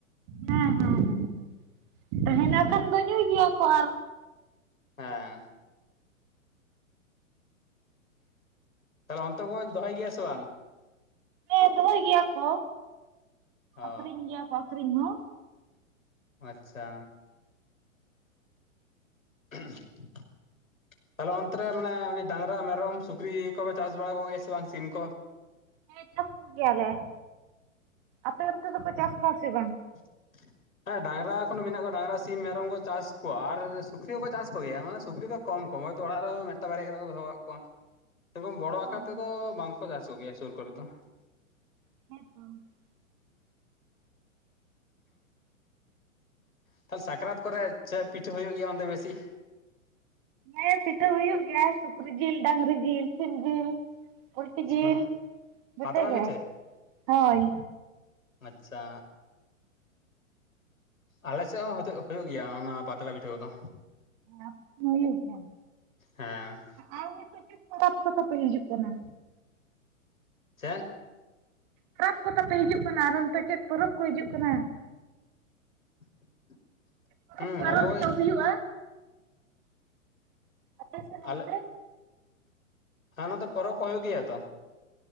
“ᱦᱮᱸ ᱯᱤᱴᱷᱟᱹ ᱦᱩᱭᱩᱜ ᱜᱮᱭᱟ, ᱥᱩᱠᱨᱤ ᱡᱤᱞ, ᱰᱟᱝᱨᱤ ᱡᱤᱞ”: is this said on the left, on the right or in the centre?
Right